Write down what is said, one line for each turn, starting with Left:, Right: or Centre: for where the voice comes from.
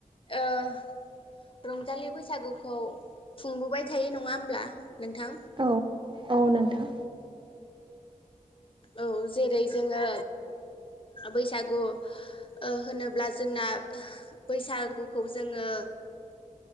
Left: ओ रंजालि बैसागुखौ खुंबोबाय थायो नङा होमब्ला नोंथां
Right: औ औ नोंथां
Left: औ जेरै जोङो बैसागु ओ होनोब्ला जोंना बैसागुखौ जोङो